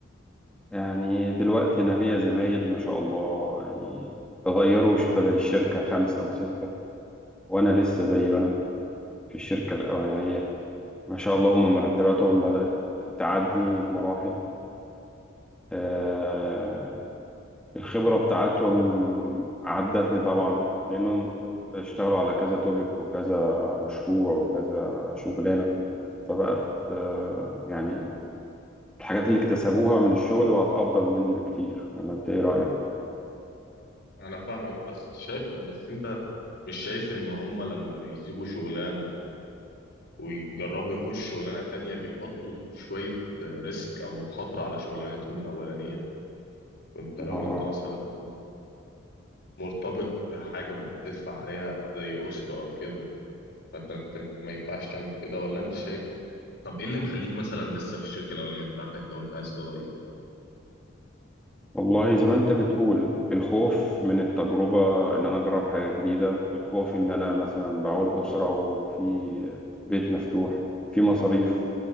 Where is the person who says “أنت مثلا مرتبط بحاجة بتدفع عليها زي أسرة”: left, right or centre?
Left